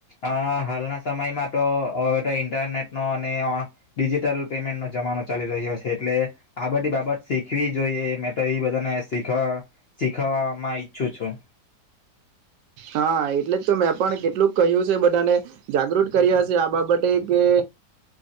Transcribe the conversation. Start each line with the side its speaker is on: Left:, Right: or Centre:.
Left: અ હાલના સમયમાં તો હવે તો ઇન્ટરનેટ નો અને ડિજિટલ પેમેન્ટ નો જમાનો ચાલી રહ્યો છે. એટલે આ બધી બાબત શીખવી જોઈએ. મેં તો એ બધાને શીખ શીખવામાં ઈચ્છું છું.
Right: હા, એટલે જ તો મેં પણ કેટલુંક કહ્યું છે. બધાને જાગૃત કર્યા છે આ બાબતે કે